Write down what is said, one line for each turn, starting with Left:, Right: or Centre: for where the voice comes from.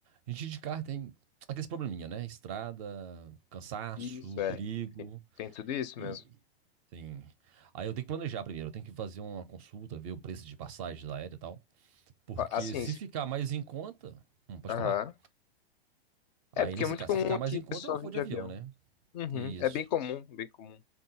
Right: A gente de carro tem aquele probleminha, né? Estrada, cansaço,
Left: Isso, é.
Right: perigo.
Left: Tem tudo isso
Right: E
Left: mesmo.
Right: Sim. Aí eu tenho que planejar primeiro, eu tenho que fazer uma consulta, ver o preço de passagens aérea e tal. Porque
Left: A- Assim,
Right: se
Left: se-
Right: ficar mais em conta. Hum, pode
Left: aham.
Right: falar. Aí
Left: É, porque
Right: nesse
Left: é muito
Right: caso,
Left: comum
Right: se ficar
Left: aqui
Right: mais em
Left: o
Right: conta,
Left: pessoal
Right: eu vou
Left: vir de
Right: de avião,
Left: avião.
Right: né?
Left: Uhum.
Right: Isso.
Left: É bem comum, bem comum.